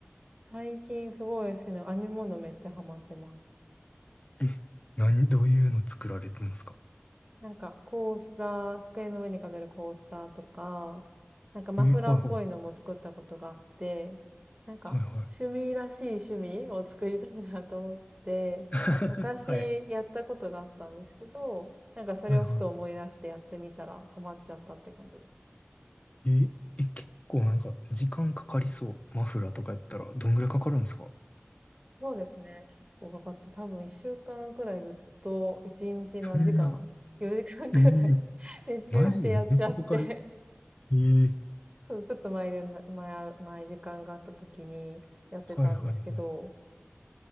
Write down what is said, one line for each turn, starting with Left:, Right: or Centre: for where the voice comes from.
Right: 最近すごい好きな編み物めっちゃハマってます。
Left: え、何、どういうの作られてるんですか
Right: なんか、コースター、机の上に飾るコースターとか、なんかマフラーっぽいのも作ったことがあって、
Left: え、はいはい。
Right: なんか、
Left: はいはい。
Right: 趣味らしい趣味を作りたいなと思って、
Left: <laughs>
Right: 昔やったことがあったんですけど、
Left: はい。
Right: なんかそれをふと思い出してやってみたらハマっちゃったって感じです。
Left: はいはい。え、え、結構なんか時間かかりそう。マフラーとかやったらどんぐらいかかるんですか
Right: そうですね。結構かかった。多分一週間くらいずっと、一日何時間
Left: そんな。
Right: ?4 時間くらい
Left: えー
Right: <laughs> 熱中してやっちゃって
Left: マジでめっちゃかかる。えー
Right: そう、ちょっと前でな、前あ前時間があった時にやってたんですけど、
Left: はいはいはい。